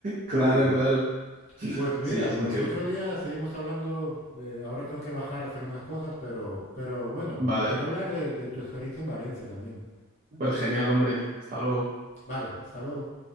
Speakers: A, on the right; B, on the left.
A: Claro,
B: sí.
A: claro.
B: Pues mira,
A: Sí, es
B: pues
A: increíble.
B: otro día seguimos hablando de, ahora tengo que bajar a hacer unas cosas, pero, pero bueno,
A: Vale.
B: me gustaría hablar de de tu experiencia en Valencia también.
A: Pues genial, hombre. Hasta luego.
B: Vale, hasta luego.